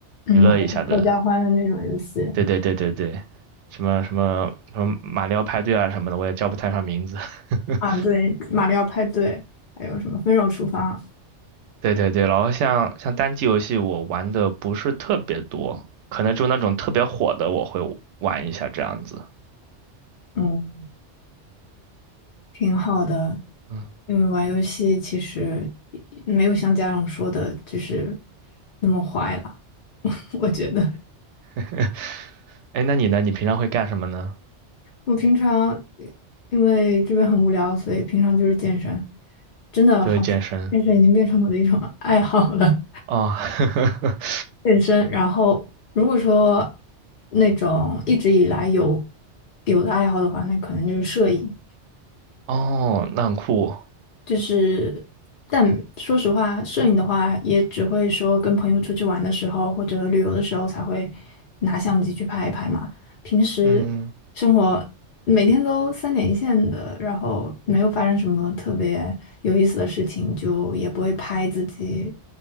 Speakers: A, on the left; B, on the right.
A: 嗯，
B: 娱乐一下的。
A: 合合家欢的那种游戏
B: 对对对对对，什么什么什么马里奥派对啊什么的，我也叫不太上名字。<laughs>
A: 啊，对，马里奥派对，还有什么分手厨房，
B: 对对对，然后像像单机游戏，我玩的不是特别多，可能就那种特别火的，我会玩一下这样子。
A: 嗯，挺好的。
B: 嗯，
A: 因为玩游戏其实没有像家长说的，就是那么坏了，<laughs> 我觉得。
B: <laughs> 哎，那你呢？你平常会干什么呢？
A: 我平常因为这边很无聊，所以平常就是健身。真的，
B: 就是健身。
A: 好像健身已经变成我的一种 <laughs> 爱好了。
B: 哦，<laughs>
A: 健身，然后如果说那种一直以来有有的爱好的话，那可能就是摄影。
B: 哦，那很酷。
A: 就是，但说实话，摄影的话也只会说跟朋友出去玩的时候或者旅游的时候才会拿相机去拍一拍嘛。平时生活每天都三点一线的，
B: 嗯，
A: 然后没有发生什么特别有意思的事情，就也不会拍自己